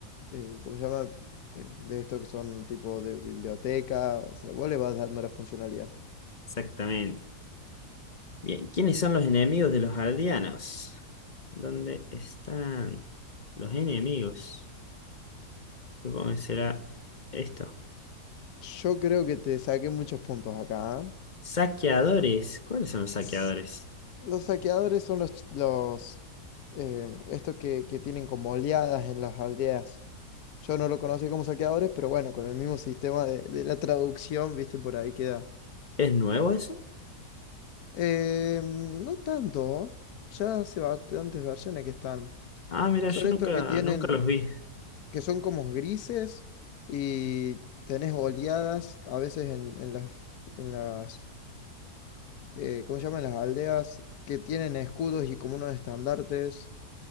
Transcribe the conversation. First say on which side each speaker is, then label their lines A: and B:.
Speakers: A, on the left; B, on the left.
A: eh, ¿cómo se llama? Eh, De estos que son tipo de biblioteca, o sea, vos le vas dando la funcionalidad.
B: Exactamente. Bien, ¿quiénes son los enemigos de los aldeanos? ¿Dónde están los enemigos? Supongo que será esto.
A: Yo creo que te saqué muchos puntos acá.
B: Saqueadores. ¿Cuáles son los saqueadores?
A: ¿ah? Los saqueadores son los, ch- los eh, estos que, que tienen como oleadas en las aldeas. Yo no lo conocí como saqueadores, pero bueno, con el mismo sistema de, de la traducción, viste, por ahí queda.
B: ¿Es nuevo eso?
A: Eh, no tanto, ya hace bastantes versiones que están.
B: Ah, mira,
A: Son
B: yo
A: estos
B: nunca,
A: que tienen,
B: nunca los vi.
A: que son como grises y tenés oleadas a veces en, en las, en las, eh, ¿cómo se llaman? Las aldeas que tienen escudos y como unos estandartes.